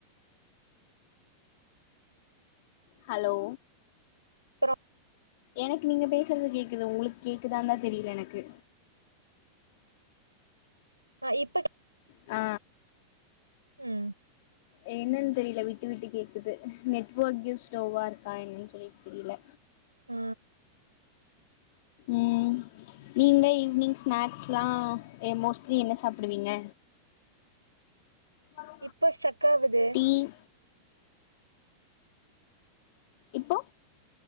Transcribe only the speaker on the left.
ஹலோ
எனக்கு நீங்க பேசுறது கேக்குது உங்களுக்கு கேக்குதாந்தா தெரியல எனக்கு
ஆ
என்னன் தெரியல விட்டு விட்டு கேக்குது நெட்வர்க்கு ஸ்லோவா இருக்கா என்னன் சொல்லிட் தெரில
ம் நீங்க ஈவி்னிங் ஸ்நாக்ஸ்லா அ மோஸ்ட்லி என்ன சாப்பிடுவீங்க அப்
இங் இப்போ